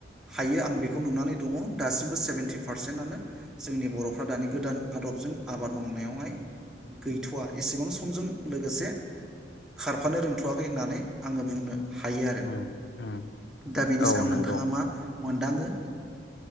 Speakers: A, in the centre; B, on the left.
A: हायो आं बेखौ नुनानै दङ दासिमबो सेभटिब पारसेन्टनो जोंनि बर'फ्रा दानि गोदान आदबजों आबाद मावनायावहाय गैथ'वा एसेबां समजों लोगोसे खारफानो रोंथ'वाखै होननानै आङो बुंनो हायो आरो
B: उम उम
A: दा बेनि
B: औ
A: सायाव
B: नंगौ
A: नोंथाङा मा मोनदाङो